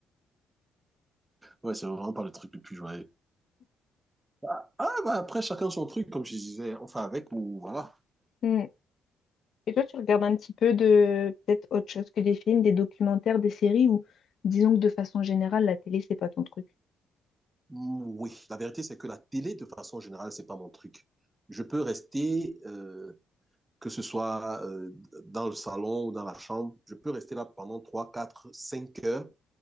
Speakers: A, on the right; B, on the left.
A: Ouais, c'est vraiment pas le truc le plus joyeux. Ah, ah, bah après, chacun son truc, comme je disais. Enfin, avec ou... Voilà.
B: Hmm. Et toi, tu regardes un petit peu de, peut-être autre chose que des films, des documentaires, des séries, ou disons que de façon générale, la télé, c'est pas ton truc.
A: Mm, Oui, la vérité, c'est que la télé, de façon générale, c'est pas mon truc. Je peux rester... euh, que ce soit euh, dans le salon ou dans la chambre, je peux rester là pendant 3, 4, 5 heures.